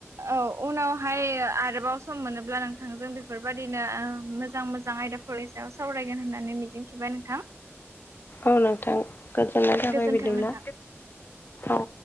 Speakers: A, on the right; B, on the left.
A: औ उनावहाय आरोबाव सम मोनोब्ला नोंथांजों <unintelligible> बेफोर बायदिनो ओ मोजां- मोजां आयदाफोरनि सायाव सावरायगोन होननानै मिजिं थिबाय नोंथां।
B: औ नोंथां गोजोननाय जाबाय
A: गोजोन्थों
B: बिदिब्ला।
A: नोंथां
B: औ।